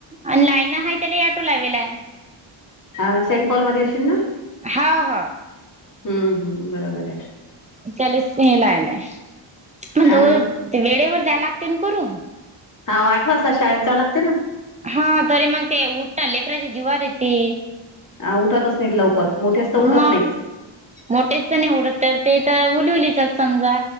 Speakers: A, on the right; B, on the left.
A: आणि लायन हा त्याला आटू लावेला.
B: हा सेंट पॉलमध्ये असशील ना.
A: हाव हाव.
B: हम्म हम्म बरोबर आहे.
A: त्याला स् लालाय म्हद
B: हा
A: वेळेवर
B: ना
A: द्यायला लागते ना करून
B: हा आठ वाजता शाळेत जाल लागत ने
A: हा तरी मग ते उठ लेकराच्या जीवार य ते.
B: ह उठतच नाहीत लवकर. मोठेच तर उठत
A: मग
B: नाहीत
A: मोठेच तर नाही उडत तर ते तर उलवलीचात समजा.